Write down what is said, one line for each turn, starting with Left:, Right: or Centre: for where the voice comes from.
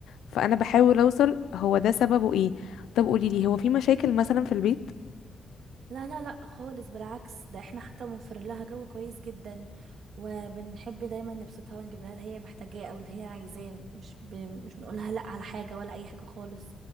Left: فانا بحاول اوصل هو ده سببه ايه طب قوليلي هو في مشاكل مثلا في البيت
Right: لا لا لا خالص بالعكس ده احنا حتى موفرين لها جو كويس جدا وبنحب دايما نبسطها ونجيب لها اللي هي محتاجاه او اللي هي عايزاه مش ب... مش بنقولها لا على حاجة ولا اي حاجة خالص